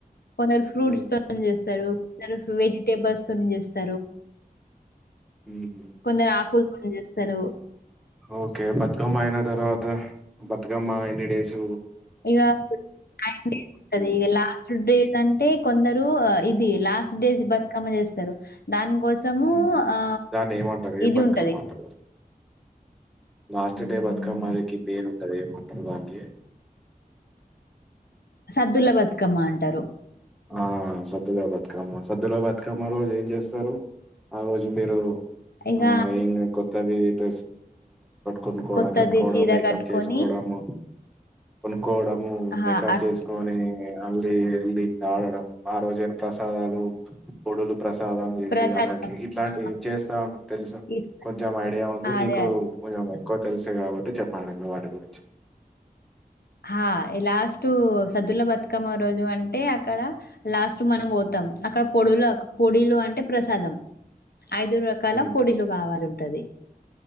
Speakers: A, on the left; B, in the centre.
A: కొందరు ఫ్రూట్స్
B: హ్మ్.
A: తో చేస్తారు కొరు వెిటబుల్స్ తస్త
B: హుహు.
A: కొరుకు పని చేస్తారు
B: ఓకే బతుకమ్మ అయిన తర్వాత బతుకమ్మ ఎన్ని డేస్
A: ఇగా నైన్ డేస్ ఉంటది
B: హ్మ్.
A: లాస్ట్ డేస్ అంటే కొందరు ఇది లాస్ట్ డే బతుకమ్మ చేస్త దాని కోసము
B: హ్మ్.
A: ఆ
B: దాన్నేమంటారు? ఏం
A: ఇది
B: బతుకమ్మ
A: ఉంటది.
B: అంటారు? లాస్ట్
A: హ్మ్.
B: డే బతుకమ్మకి పేరు ఉంటది ఎంపేటిరు దానికి
A: సద్దుల బతుకమ్మ అంటారు.
B: ఆ సద్దులా బతుకమ్మ సద్దు లా బతుకమ్మ రోజు ఏం చేస్తారు, ఆ రోజు మీరు
A: ఇగ
B: ఆ ఇంగ్ కొత్తది చ కొన్నుకోవడం,
A: కొత్తది
B: కట్టుకోవడం
A: చీర
B: మేకప్
A: కట్టుకొని
B: చేసుకోవడము, కోవడము
A: ఆహ్,
B: మేకప్
A: అట్
B: చేసుకొని అల్లీ వెళ్ళలి ఆడడం ఆ రోజే ప్రసాదాలు పొడులు ప్రసాదం చేసి
A: ప్రసాదం
B: వాళ్ళకి ఇట్లాంటివి
A: ఆ!
B: చేస్తా ఉంట తెలుసు,
A: ఇస్తారు.
B: కొంచెం ఐడియా ఉంది
A: ఆ! అదే.
B: మీకు
A: అదే.
B: కొంచె ఇంకో తెలుసు కాబట్టి చెప్పండి మీ వాటి గురించి
A: హా లాస్ట్ సద్దుల బతుకమ్మ, రోజు అంటే అక్కడ లాస్ట్ మనం పోతాం అక్కడ పొడులు పొడిలు అ అంటే ప్రసాదం ఐదు రకాల
B: హ్మ్.
A: పొడిలు కావాలంటది.